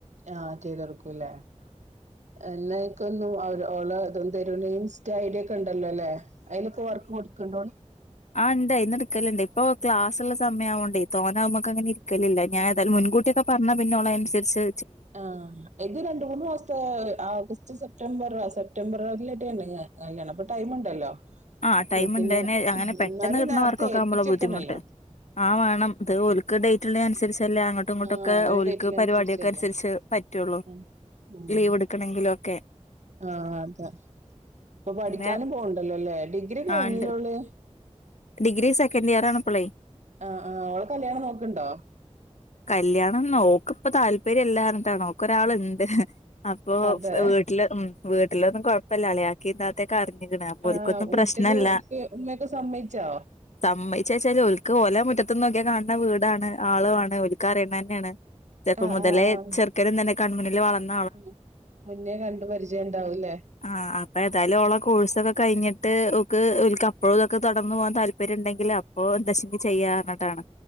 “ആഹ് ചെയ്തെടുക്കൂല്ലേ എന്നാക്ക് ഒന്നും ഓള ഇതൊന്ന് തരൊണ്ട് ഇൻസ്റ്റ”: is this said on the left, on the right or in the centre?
Right